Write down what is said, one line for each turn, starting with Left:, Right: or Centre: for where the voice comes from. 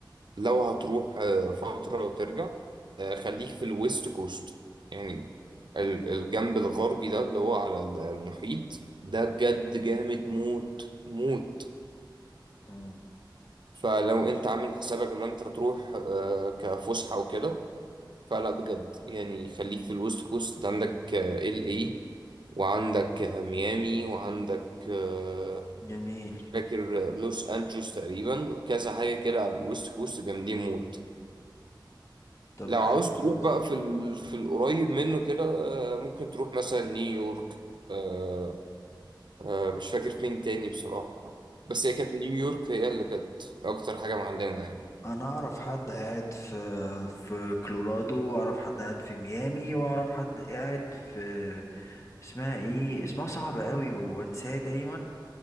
Right: لو هتروح آه، فترة وترجع آه، خليك في الويست كوست يعني ال- الجنب الغربي ده اللي هو على ال- المحيط ده بجد جامد موت موت
Left: مم.
Right: فلو انت عامل حسابك ان انت هتروح آه، كفسحة وكده فلا بجد يعني خليك في الويست كوست انت عندك ال اي وعندك آه، ميامي وعندك آه،
Left: جميل
Right: مش فاكر آه، لوس انجلوس تقريبا كذا حاجة كده على الويست كوست جامدين موت
Left: طب
Right: لو
Left: حلو
Right: عاوز تروح
Left: جدا
Right: بقى في ال... في القريب منه كده آه، ممكن تروح مثلا نيويورك آه، آه، مش فاكر فين تاني بصراحة بس هي كانت نيويورك هي اللي كانت أكتر حاجة معلمة يعني
Left: انا اعرف حد قاعد في في كولورادو واعرف حد قاعد في ميامي واعرف حد قاعد في اسمها ايه اسمها صعب قوي وبنساه دايما